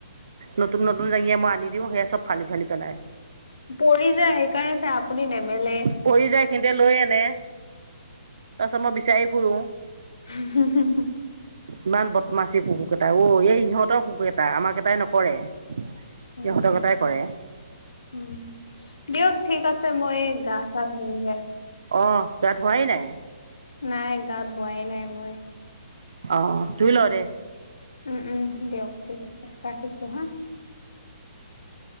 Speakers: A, on the right; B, on the left.
A: নতুন নতুন জাঙিয়া মই আনি দিওঁ সেয়া চব ফালি ফালি পেলায়।
B: পৰি যায় সেইকাৰণে চাই আপুনি নেমেলে।
A: পৰি যায় সিহঁতে লৈ আনে, তাৰ পিছত মই বিচাৰি ফুৰো।
B: উম হু হু হু।
A: ইমান বদমাচী কুকুৰকেইটা অ, এই সিহঁতৰ কুকুৰ কেইটা আমাক কেইটাই নকৰে। সিঁহতৰ
B: উম,
A: কেইটাই কৰে।
B: উম দিয়ক ঠিক আছে মই এই গা চা ধুওগে।
A: অঁ গা ধুৱাই নাই?
B: নাই গা ধোৱাই নাই মই।
A: অ। ধুই ল দে
B: উম উম দিয়ক ঠিক আছে ৰাখিছো হা।